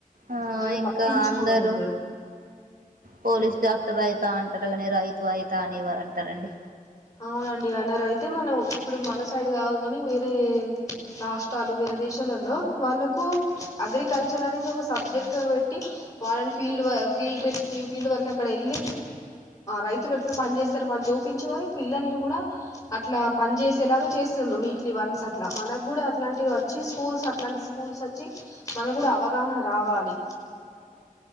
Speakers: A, on the right; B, on the left.
A: ఆ
B: అసలు
A: ఇంకా
B: పట్టించుకోరు
A: అందరుూ
B: కూడా
A: పోలీస్ డాక్టర్ అయితే అంటారు కాగా రైతు వాయితా అనివ్వ అంటారండి
B: అవునండి అన్నారు అయితే మనం ఇప్పుడు మన సైడ్ కాదు కాని వేరే రాష్ట్రాలు వేరే దేశాలలో వాళ్ళకు అగ్రికల్చర్ అనేది ఒక సబ్జెక్ట్ గా పెట్టి వాళ్ళని ఫీల్డ్ ఫీల్డ్ ట్రిప్కి ఫీల్డ్ వర్క్ అక్కడ వెళ్ళి రైతులు ఎట్లా పని చేేస్తారుో వాళ్ళు చూ పించ పిల్లల్ని కూడా అట్లా పని చేేసేలాగా చేస్తుండ్ర వీక్లీ వన్స్ అట్లా మనకు కూడా అట్లాంటి వచ్చి స్కూల్స్ అట్లాంటి స్కూల్స్ వచ్చి మనకు కూడా అవగాహన రావాలి